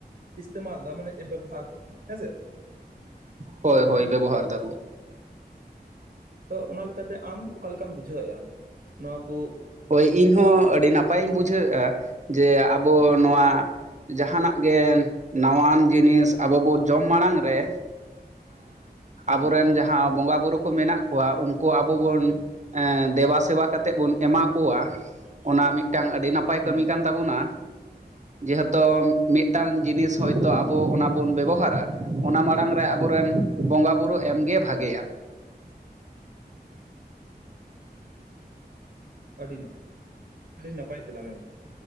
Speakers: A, on the right; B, on the right.
A: ᱤᱥᱛᱮᱢᱟᱞ ᱫᱟ ᱢᱟᱱᱮ ᱵᱮᱵᱚᱦᱟᱨ ᱫᱚ ᱦᱮᱸ ᱥᱮ᱾
B: ᱦᱳᱭ-ᱦᱳᱭ ᱵᱮᱵᱚᱦᱟᱨ ᱫᱟ ᱵᱚᱼᱼ
A: ᱛᱚ ᱚᱱᱟ ᱞᱮᱠᱟᱛᱮ ᱟᱢ ᱚᱠᱟ ᱞᱮᱠᱟᱢ ᱵᱩᱡᱷᱟᱹᱣᱮᱜ-ᱟ? ᱱᱚᱣᱟ ᱠᱩᱼᱼ
B: ᱦᱳᱭ ᱤᱧᱦᱚᱸ ᱟᱹᱰᱤ ᱱᱟᱯᱟᱭᱤᱧ ᱵᱩᱡᱷᱟᱹᱣᱮᱜ-ᱟ ᱡᱮ ᱟᱵᱚ
A: ᱦᱩᱸ
B: ᱱᱚᱣᱟᱼᱼ ᱡᱟᱦᱟᱸᱱᱟᱜ ᱜᱮ ᱱᱟᱣᱟᱱ ᱡᱤᱱᱤᱥ ᱟᱵᱚ ᱵᱚ ᱡᱚᱢ ᱢᱟᱲᱟᱝ ᱨᱮᱼᱼ
A: ᱦᱩᱸ
B: ᱟᱵᱚᱨᱮᱱ ᱡᱟᱦᱟᱸᱼᱼ ᱡᱟᱦᱟᱸ ᱵᱚᱸᱜᱟ ᱵᱩᱨᱩ ᱠᱚ ᱢᱮᱱᱟᱜ ᱠᱚᱣᱟ ᱩᱱᱠᱩ ᱟᱵᱚ ᱵᱚᱱ ᱫᱮᱵᱟ ᱥᱮᱵᱟ ᱠᱟᱛᱮᱫ ᱵᱚᱱ ᱮᱢᱟᱼᱼ ᱠᱚᱣᱟᱜ ᱚᱱᱟ ᱢᱤᱫ ᱴᱟᱝ ᱟᱹᱰᱤ ᱱᱟᱯᱟᱭ
A: ᱦᱩᱸ
B: ᱠᱟᱹᱢᱤ ᱠᱟᱱ ᱛᱟᱵᱚᱱᱟ᱾ ᱡᱮᱦᱮᱛᱚᱼᱼ ᱢᱤᱫ
A: ᱦᱩᱸ
B: ᱴᱟᱝ ᱡᱤᱱᱤᱥᱼᱼ ᱦᱳᱭ ᱛᱚ ᱟᱵᱚ ᱚᱱᱟ ᱵᱚᱱ ᱵᱮᱵᱚᱦᱟᱨᱟ ᱚᱱᱟ ᱢᱟᱲᱟᱝ ᱨᱮ ᱟᱵᱚ ᱨᱮᱱ ᱵᱚᱸᱜᱟ ᱵᱳᱨᱳ ᱮᱢᱜᱮ ᱵᱷᱟᱜᱮᱭᱟ᱾
A: ᱟᱹᱰᱤ ᱱᱟᱯᱟᱭ ᱟᱹᱰᱤ ᱱᱟᱯᱟᱭ ᱛᱮᱞᱟᱝ ᱮᱢ